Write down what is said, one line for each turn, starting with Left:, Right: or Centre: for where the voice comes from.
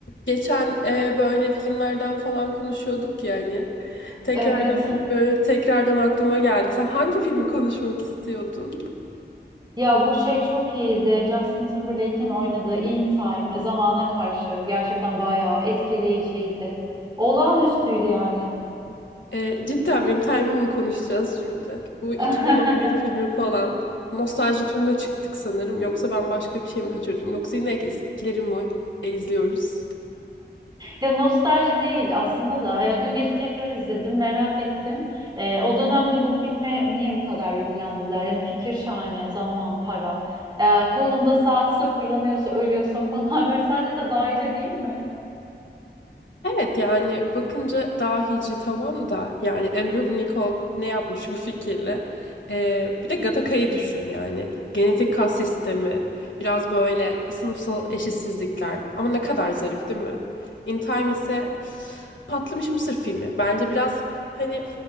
Left: Geçen e, böyle filmlerden falan konuşuyorduk yani. Tekrardan
Right: Evet.
Left: e, tekrardan aklıma geldi. Sen hangi filmi konuşmak istiyordun?
Right: Ya bu şey çok iyiydi. Justin Timberlake'in oynadığı In Time, e, zamana karşı gerçekten bayağı etkileyiciydi. Olağanüstüydü yani.
Left: E, cidden benim Time'ı mı konuşacağız şimdi? Bu 2011
Right: <laughs>
Left: filmi falan. Nostalji turuna çıktık sanırım. Yoksa ben başka bir şey mi kaçırdım? Yoksa yine eskileri mi e, izliyoruz?
Right: Ya nostalji değil aslında da. Ya dün gece tekrar izledim, merak ettim. E, o dönemde bu filme niye bu kadar yüklendiler? Yani fikir şahane, zaman, para. E, kolunda saat sıfırlanıyorsa ölüyorsun <laughs> falan böyle. Sence de dahice değil
Left: Evet yani bakınca dahici tamam da yani Andrew Nicol ne yapmış bu fikirle? Ee, bir de Gattaca'yı düşün yani. Genetik kas sistemi, biraz böyle sınıfsal eşitsizlikler ama ne kadar zarif değil mi? In Time ise patlamış mısır filmi. Bence biraz hani